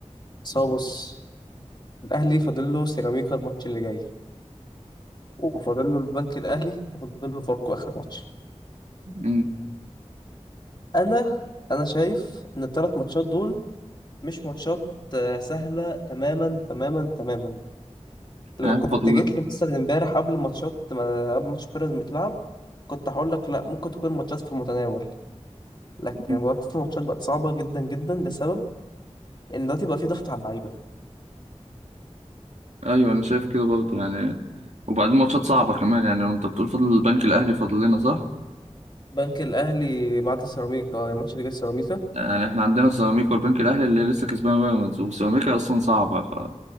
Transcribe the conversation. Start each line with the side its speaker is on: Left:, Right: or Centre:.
Left: بس هو بص الأهلي فاضل له سيراميكا الماتش اللي جاي وفاضل له البنك الأهلي وفاضل له فاركو آخر ماتش
Right: مم.
Left: أنا أنا شايف إن الثلاث ماتشات دول مش ماتشات آه، سهلة تماما تماما تماما لو
Right: يعني
Left: كنت
Right: فاضل
Left: جيت لي مثلا امبارح قبل ماتشات ما قبل ماتش بيراميدز متلعب كنت هقول لك لا ممكن تكون ماتشات في المتناول لكن
Right: مم.
Left: دلوقتي الماتشات بقت صعبة جدا جدا لسبب إن دلوقتي بقى في ضغط على اللعيبة
Right: ايوه انا شايف كده برضه يعني وبعدين ماتشات صعبه كمان يعني وانت بتقول فاضل البنك الاهلي فاضل لنا صح
Left: بنك الاهلي بعد سيراميكا آه، الماتش اللي جاي سيراميكا
Right: يعني احنا عندنا سيراميكا والبنك الاهلي اللي لسه كسبان بيراميدز وسيراميكا اصلا صعبه ف